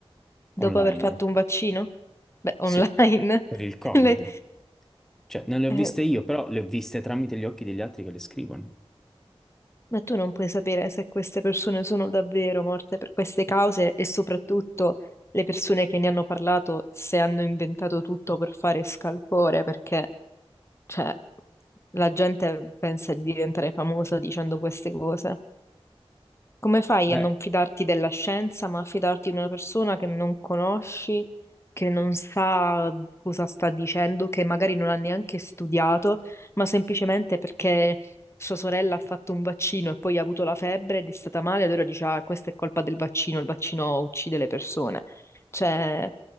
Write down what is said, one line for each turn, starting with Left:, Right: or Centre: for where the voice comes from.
Left: Dopo
Centre: online,
Left: aver fatto un vaccino? Beh, online.
Centre: sì, per il
Left: <laughs>
Centre: Covid.
Left: le-
Centre: Cioè, non le ho
Left: eh,
Centre: viste io, però le ho viste tramite gli occhi degli altri che le scrivono.
Left: ma tu non puoi sapere se queste persone sono davvero morte per queste cause e soprattutto le persone che ne hanno parlato se hanno inventato tutto per fare scalpore, perché Cioè, la gente pensa di diventare famosa dicendo queste cose. Come fai
Centre: Beh,
Left: a non fidarti della scienza, ma a fidarti di una persona che non conosci, che non sa cosa sta dicendo, che magari non ha neanche studiato, ma semplicemente perché sua sorella ha fatto un vaccino e poi ha avuto la febbre ed è stata male, allora dice, ah, questa è colpa del vaccino, il vaccino uccide le persone. Cioè,